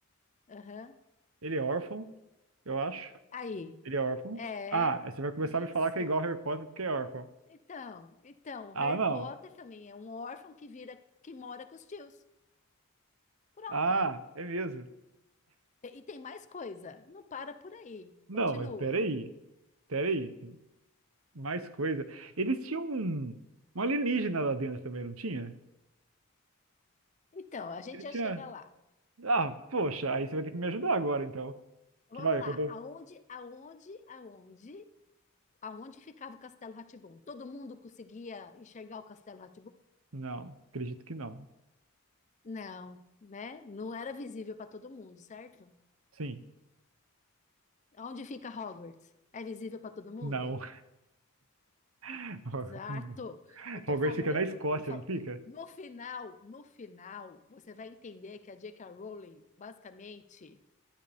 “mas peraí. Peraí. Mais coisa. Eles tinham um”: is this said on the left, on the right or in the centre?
Right